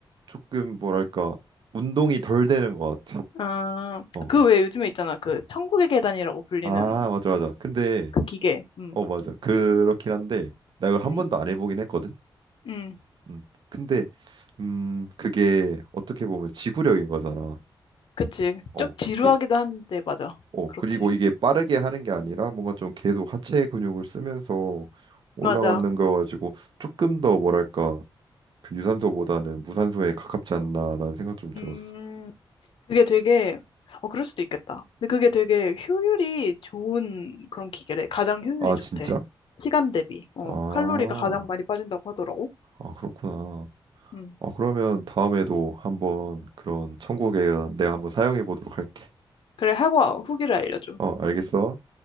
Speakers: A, on the right (about 60°); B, on the left (about 70°).
A: 조금 뭐랄까 운동이 덜 되는 것 같아.
B: 아,
A: 어,
B: 그 외에 요즘에 있잖아. 그 천국의 계단이라고 불리는
A: 아 맞아 맞아. 근데
B: 그 기계. 응,
A: 어 맞아 그렇긴 한데 나 이걸 한
B: 응,
A: 번도 안 해보긴 했거든.
B: 응.
A: 음, 근데 음 그게 어떻게 보면 지구력인 거잖아.
B: 그치.
A: 어,
B: 좀 지루하기도
A: 그
B: 한데, 맞아.
A: 어,
B: 그렇지.
A: 그리고 이게 빠르게 하는 게 아니라 뭔가 좀 계속 하체 근육을 쓰면서 올라가는
B: 맞아.
A: 거 가지고 조금 더 뭐랄까 그 유산소보다는 무산소에 가깝지 않나라는 생각 좀 들었어.
B: 음, 그게 되게, 어, 그럴 수도 있겠다. 근데 그게 되게 효율이 좋은 그런 기계래. 가장 효율이
A: 아,
B: 좋대.
A: 진짜?
B: 시간 대비. 어,
A: 아,
B: 칼로리가 가장 많이 빠진다고 하더라고.
A: 아 그렇구나.
B: 음.
A: 아, 그러면 다음에도 한번 그런 천국의 내가 한번 사용해 보도록 할게.
B: 그래, 하고 후기를 알려줘.
A: 어, 알겠어.